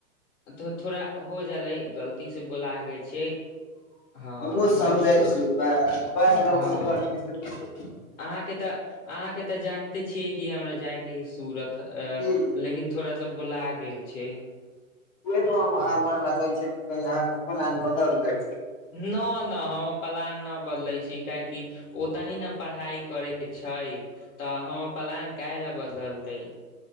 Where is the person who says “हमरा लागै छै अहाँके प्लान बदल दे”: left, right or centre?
Left